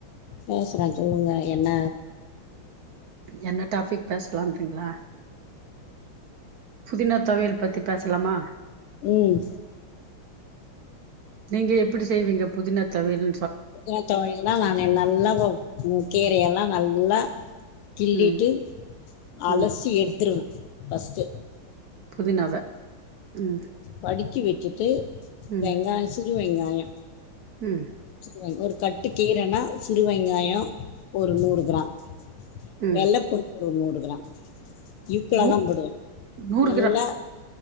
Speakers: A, on the left (about 85°); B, on the right (about 70°).
A: பேசுறே சொல்லுங்க என்ன
B: என்ன டாபிக் பேசலாங்ரீங் ற புதினா தொவையல் பத்தி பேசலாமா
A: ம்
B: நீங்க எப்டி செய்வீங்க புதினா தொவையல்
A: புதினாத்தொவையல் எல்லா நா நல்ல உ கீரை எல்லா நல்லா கிள்ளிட்டு
B: ம் ம்
A: அலசி எடுத்துருவே பஃஸ்ட்டு
B: புதினாவ ம்
A: படிக்கி வச்சிட்டு
B: ம்
A: வெங்காய சிறு வெங்காய
B: ம்
A: ச ஒரு கட்டு கீரைன்னா சிறு வெங்காய ஒரு நூறு கிராம்
B: ம்
A: வெள்ளைப்பூடு ஒரு நூறு கிராம் ஈக்வலா
B: நூ
A: தா போடுவே
B: நூறு
A: நல்லா
B: கிராம்